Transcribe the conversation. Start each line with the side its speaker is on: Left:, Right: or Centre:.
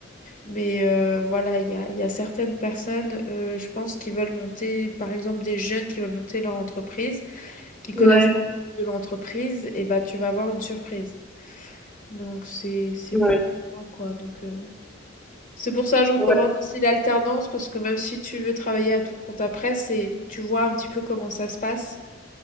Left: Mais euh, voilà, il y a, il y a certaines personnes, euh, je pense, qui veulent monter, par exemple, des jeunes qui veulent monter leur entreprise, qui connaissent
Centre: Ouais.
Left: pas de l'entreprise, et bah, tu vas avoir une surprise. Donc c'est c'est
Centre: Ouais.
Left: plus loin, quoi. Donc euh, c'est pour ça que je recommande
Centre: Ouais.
Left: aussi l'alternance parce que même si tu veux travailler à ton compte après, c'est tu vois un petit peu comment ça se passe